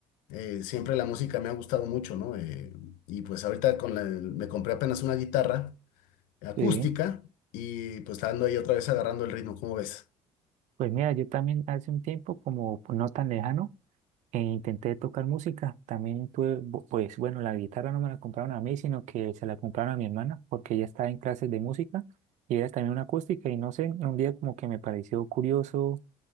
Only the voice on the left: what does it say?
Eh, siempre la música me ha gustado mucho, ¿no? Eh, y pues ahorita con la- me compré apenas una guitarra acústica
y pues ando ahí otra vez agarrando el ritmo, ¿cómo ves?